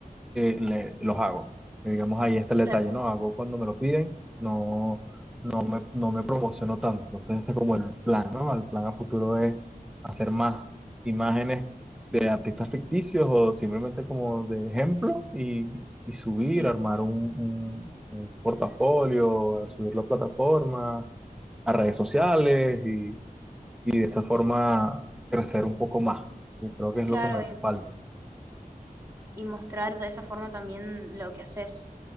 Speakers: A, in the centre; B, on the right.
A: que le- los hago. Eh, Digamos, ahí está el detalle,
B: claro,
A: ¿no? Hago cuando me lo piden, no, no me, no me promociono tanto. Entonces ese es como el plan, ¿no? El plan a futuro es hacer más imágenes de artistas ficticios o simplemente como de ejemplo y, y subir,
B: sí,
A: armar un, un- un portafolio, subirlo a plataformas, a redes sociales y, y de esa forma crecer un poco más. Y creo que es
B: claro,
A: lo que me
B: y,
A: falta.
B: y mostrar de esa forma también lo que haces.